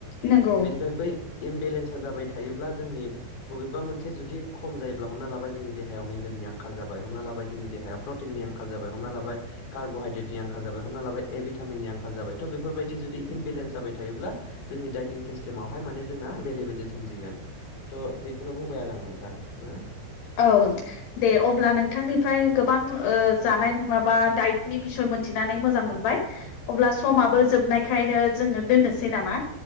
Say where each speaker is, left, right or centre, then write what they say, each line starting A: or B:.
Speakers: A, on the left; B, on the left.
A: नंगौ
B: बेनिफ्राय बै इमबेलेन सआ जाबाय थायोब्ला जोंनि बबेबा मोनसे जुदि खम जायोब्ला हमना लाबाय जोंनि देहायाव मेजेमनि आंखाल जाबाय हमना लाबाय जोंनि देहायाव प्रटिननि आंखाल जाबाय हमना लाबाय कार्ब'हाइद्रेटनि आंखाल जाबाय हमना लाबाय ए भिटामिननि आंखाल जाबाय थ' बेफोरबायदि जुदि इमबेलेन्स जाबाय थायोब्ला जोंनि डाइटिं सिस्टेमावहाय माने जोंना बेले बेजे सोमजिगोन। थ' बेखौनो बुंबाय आरो आं नोंथां ना।
A: औ दे अब्ला नोंथांनिफ्राय गोबां ओ जानाय मुवा बा डाइट नि बिसय मोनथिनानै मोजां मोनबाय अब्ला समाबो जोबनायखायनो जोंङो दोननोसै नामा।